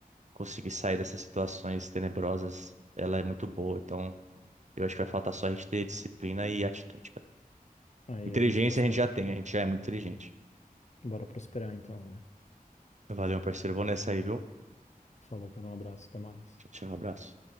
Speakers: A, on the right; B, on the left.
A: conseguir sair dessas situações tenebrosas, ela é muito boa. Então, eu acho que vai faltar só a gente ter disciplina e atitude, cara.
B: Aí
A: Inteligência
B: a gente prospera.
A: a gente já tem, a gente já é muito inteligente.
B: Bora prosperar então, né?
A: Valeu, meu parceiro. Vou nessa aí, viu?
B: Falou, cara. Um abraço, até mais.
A: Tchau, tchau, abraço.